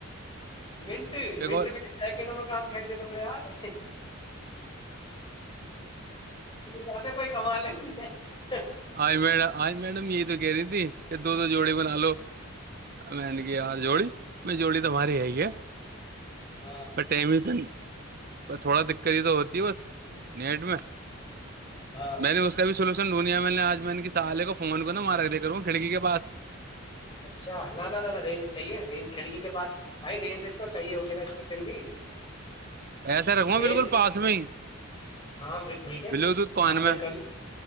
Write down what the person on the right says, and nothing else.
کال
آ مڈم آج میڈم یہ تو کہہ رہی تھی کہ دو دو جوڑی بنا لو میں نے کہ یار جوڑی میں جوڑی تماری ہے ہی ہے
ب م تو نہیں بس تھوڑا دقت تو ہوتی ہے بس نیٹ میں
میں نے اس کا بھی سنو <unintelligible> میں نے آج میں ان سالے کو فون کر نا مارک دے کرا ہوں کھڑکی کے پس
ایسے رکھوںا
بالکل پاس میں ہی
بلوٹوتھ پان
میں